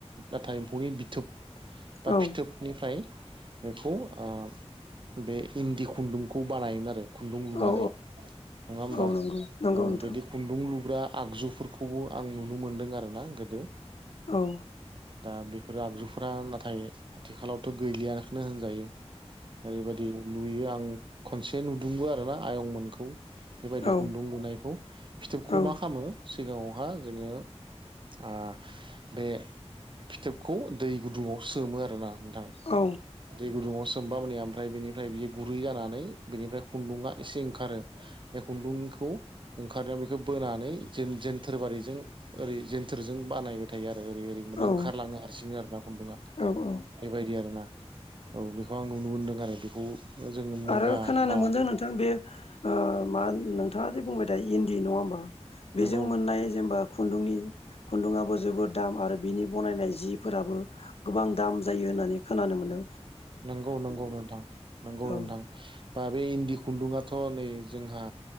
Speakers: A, on the right; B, on the left.
A: लाथा एम्फौनि बिथोब बा
B: औ
A: फिथोबनिफ्राय बेखौ ओ बे इन्दि खुन्दुंखौ बानायोमोन आरो खुन्दुं लुनानै
B: औ
A: नङा होमबा
B: औ नंगौ नंगौ
A: औ
B: नोंथां
A: बिदि खुन्दुं लु ग्रा आगजुफोरखौबो आं नुनो मोनदों आरोना गोदो
B: औ
A: दा बेफोर आगजुफोरा नाथाय आथिखालावथ' गैलियाखौनो होनजायो ओरैबायदि लुयो आं खनसे नुदोंबो आरोना आयंमोनखौ बेबायदि
B: औ
A: खुन्दुं लुनायखौ फिथोबखौ
B: औ
A: मा खालामो सिगाङावहा जोङो ओ बे फिथोबखौ दै गुदुङाव सोमो आरोना नोंथां
B: औ
A: दै गुदुङाव सोमबा माने ओमफ्राय बेनिफ्राय बियो गुरै जानानै बिनिफ्राय खुन्दुङा एसे ओंखारो बे खुन्दुंखौ ओंखारो बोनानै जों जोनथोर बारिजों ओरैनो थोरजों बानायबाय थायो आरो ओरै ओरै मोने
B: औ
A: ओंखारलाङो हारसिङै आरोना खुन्दुङा
B: औ औ
A: बेबायदि आरो ना औ बेखौ आं नुनो मोनदों आरो बेखौ जोङो मुगा
B: आरो खोनानो
A: बा
B: मोनदों नोंथां बे ओ मा नोंथाङा जि बुंबाय थायो इन्दि नङा होमबा
A: नंगौ
B: बेजों मोननाय जेनेबा खुन्दुंनि खुन्दुङाबो जोबोद दाम आरो बिनि बनायनाय जिफोराबो गोबां दाम जायो होननानै खोनानो मोनो
A: नंगौ नंगौ नोंथां नंगौ
B: औ
A: नोंथां बा दा बे इन्दि खुन्दुङाथ' नै जोंहा